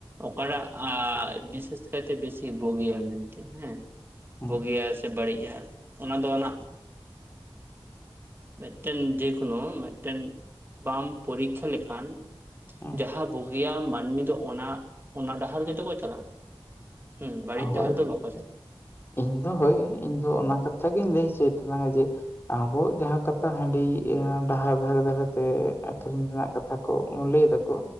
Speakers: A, on the right (about 25°); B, on the left (about 25°).
A: ᱚᱠᱟᱨᱟᱜ ᱟᱸ ᱵᱤᱥᱮᱥ ᱠᱟᱭᱛᱮ ᱵᱮᱥᱤ ᱵᱩᱜᱤᱭᱟ ᱢᱮᱱᱛᱮ ᱦᱮᱸ᱾
B: ᱦᱩᱸ
A: ᱵᱩᱜᱤᱭᱟ ᱥᱮ ᱵᱟᱹᱲᱤᱡ-ᱟ᱾ ᱚᱱᱟ ᱫᱚ ᱚᱱᱟ ᱢᱮᱫᱴᱮᱱ ᱡᱮ ᱠᱳᱱᱳ ᱢᱮᱫᱴᱮᱱ ᱵᱟᱢ ᱯᱚᱨᱤᱠᱠᱷᱟ ᱞᱮᱠᱷᱟᱱ
B: ᱦᱩᱸ
A: ᱡᱟᱦᱟᱸ ᱵᱷᱟᱹᱭᱟ ᱢᱟᱹᱱᱢᱤ ᱫᱚ ᱚᱱᱟ ᱚᱱᱟ ᱜᱮᱛᱚ ᱠᱚ ᱪᱟᱞᱟᱜ-ᱟ᱾ ᱦᱩᱸ ᱵᱟᱹᱲᱤᱡ
B: ᱦᱳᱭ
A: ᱰᱟᱦᱟᱨ ᱫᱚ ᱵᱟᱠᱚ ᱪᱟᱞᱟᱜ-ᱟ᱾
B: ᱤᱧ ᱫᱚ ᱦᱳᱭ, ᱤᱧ ᱫᱚ ᱚᱱᱟ ᱠᱟᱛᱷᱟ ᱜᱤᱧ ᱞᱟᱹᱭ ᱦᱚᱪᱚᱭ ᱮᱫ ᱛᱟᱞᱟᱝᱟ ᱡᱮ ᱟᱵᱚ ᱡᱟᱦᱟᱸ ᱠᱟᱛᱷᱟ ᱦᱟᱺᱰᱤ ᱰᱟᱦᱟᱨ ᱫᱷᱟᱨᱮ ᱫᱷᱟᱨᱮ ᱛᱮ ᱟᱹᱠᱷᱨᱤᱧ ᱨᱮᱱᱟᱜ ᱠᱟᱛᱷᱟ ᱠᱚ ᱢᱩᱞᱮ ᱠᱚ᱾